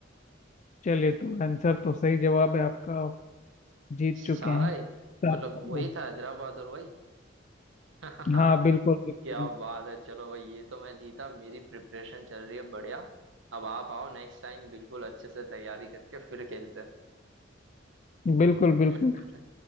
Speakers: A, on the left; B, on the right.
A: चलिए तो आंसर तो सही जवाब है आपका आप जीत
B: सारा
A: चुके हैं
B: ही
A: सात-
B: मतलब वही था हैदराबाद और वही <laughs>
A: हाँ बिल्कुल बिल्कुल
B: क्या बात है चलो भाई ये तो मैं जीता मेरी प्रिपरेशन चल रही है बढ़िया अब आप आओ नेक्स्ट टाइम बिल्कुल अच्छे से तैयारी करके फिर खेलते
A: बिल्कुल बिल्कुल
B: हैं